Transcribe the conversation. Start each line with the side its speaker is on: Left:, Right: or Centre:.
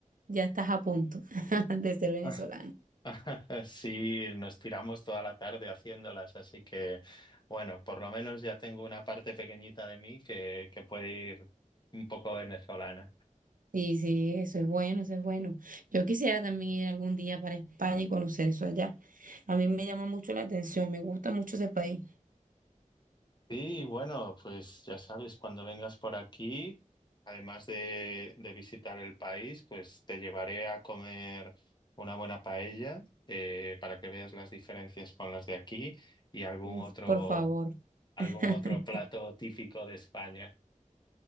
Right: ya estás a punto <laughs> de ser venezolano.
Left: <laughs> <laughs> Sí, nos tiramos toda la tarde haciéndolas, así que bueno, por lo menos ya tengo una parte pequeñita de mí que, que puede ir un poco venezolana.
Right: Sí, sí, eso es bueno, eso es bueno. Yo quisiera también ir algún día para España y conocer eso allá. A mí me llama mucho la atención, me gusta mucho ese país.
Left: Sí, bueno, pues ya sabes, cuando vengas por aquí, además de, de visitar el país, pues te llevaré a comer una buena paella eh, para que veas las diferencias con las de aquí y algún
Right: Uf,
Left: otro,
Right: por favor.
Left: algún
Right: <laughs>
Left: otro plato típico de España.